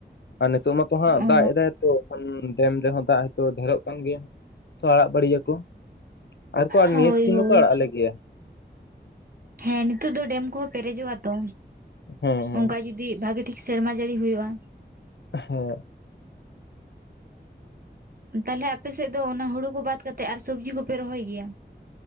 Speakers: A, on the left; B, on the right.
A: ᱟᱨ ᱱᱤᱛᱚᱜ ᱢᱟᱛᱚ ᱦᱟᱸᱜ
B: ᱚ
A: ᱫᱟᱜ ᱮᱫᱟᱭᱛᱚ ᱮᱚᱱ ᱰᱮᱢ ᱨᱮᱦᱚᱸ ᱫᱟᱜ ᱦᱤᱛᱚ ᱰᱷᱮᱨᱚᱜ ᱠᱟᱱ ᱜᱮᱭᱟ ᱛᱚ ᱟᱲᱟᱜ ᱵᱟᱟᱹᱲᱤᱭᱟᱠᱚ ᱟᱨᱠᱚ
B: ᱦᱳᱭ
A: ᱱᱤᱭᱟᱹ ᱥᱤᱡᱤᱱ
B: ᱦᱳᱭ
A: ᱦᱚᱸᱠᱚ ᱟᱲᱟᱜ ᱟᱞᱮᱜᱮᱭᱟ
B: ᱦᱮᱸ ᱱᱤᱛᱚᱜ ᱫᱚ ᱰᱮᱢ ᱠᱚᱦᱚᱸ ᱯᱮᱨᱮᱡᱚᱜᱼᱟ ᱛᱚ
A: ᱦᱩᱸ ᱦᱩᱸ
B: ᱚᱱᱠᱟ ᱡᱩᱫᱤ ᱵᱷᱟᱜᱮ ᱴᱷᱤᱠ ᱥᱮᱨᱢᱟ ᱡᱟᱹᱲᱤ ᱦᱩᱭᱩᱜᱼᱟ
A: ᱦᱮᱸ
B: ᱛᱟᱦᱚᱞᱮ ᱟᱯᱮᱥᱮᱫ ᱫᱚ ᱚᱱᱟ ᱦᱩᱲᱩ ᱠᱚ ᱵᱟᱫ ᱠᱟᱛᱮᱜ ᱟᱨ ᱥᱚᱵᱡᱤ ᱠᱚᱯᱮ ᱨᱚᱦᱚᱭ ᱜᱮᱭᱟ